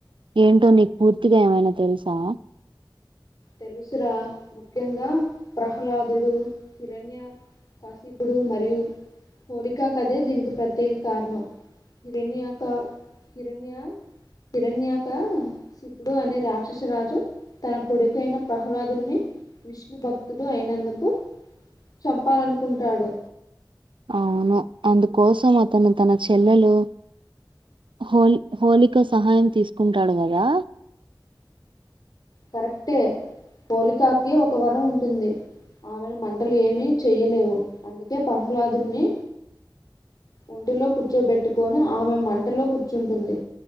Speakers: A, on the right; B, on the left.
A: ఏంటో నీకు పూర్తిగా ఏమైనా తెలుసా
B: తెలుసురా ముఖ్యంగా ప్రహ్లాదుడు కిరణ్య కాసిపుడు మరియు హోలికా కదే దీనికి ప్రత్యేక కారణం హిరణ్యక హిరణ్య కిరణ్యాక శికుడు అనే రాక్షసు రాజు కొడుకైన ప్రహ్లాదుని విష్ణు భక్తుడు అయినందుకు చంపాలనుకుంటాడు
A: అవును అందుకోసం అతను తన చెల్లెలు హోలి హోలిక సహాయం తీసుకుంటాడు గదా
B: కరెక్టే హోలికాకి ఒక వరం ఉంటుంది ఆమెను మంటలు ఏమీ చెయ్యలేవు అందుకే ప్రహ్లాదుని ఒంటిలో కూచ్చోబెట్టుకొని ఆమె మంటలో కూచ్చుంటుంది